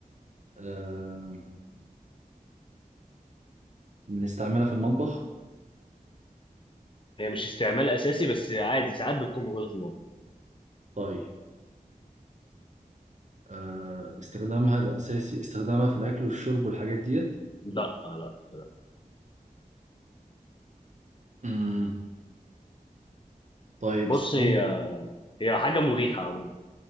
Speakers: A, on the right (about 55°); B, on the left (about 35°).
A: آه بنستعملها في المطبخ
B: هي مش استعمال اساسي بس عادي ساعات بتكون موجوده في المطبخ
A: طيب آه، استخدامها الأساسي استخدامها في الأكل والشرب والحاجات ديت
B: لا لا لا
A: مم. طيب
B: بص
A: استخدام
B: هي هي حاجه مريحه عموما